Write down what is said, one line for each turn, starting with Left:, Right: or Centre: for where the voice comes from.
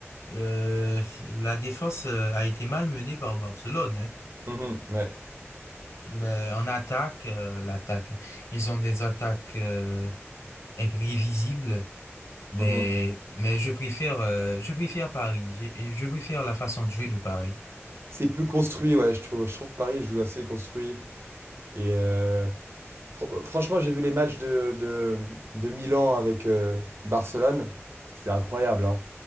Left: euh, la défense euh, a été malmenée par Barcelone. hein.
Right: Mhm, ouais.
Left: Mais en attaque, euh, l'attaque, ils ont des attaques euh, imprévisibles. Mais
Right: Mhm.
Left: mais je préfère euh, je préfère Paris. Je, je préfère la façon de jouer de Paris.
Right: C'est plus construit, ouais, je trouve. Je trouve que Paris joue assez construit. Et euh, fr- franchement, j'ai vu les matchs de, de, de Milan avec euh, Barcelone. C'était incroyable, hein.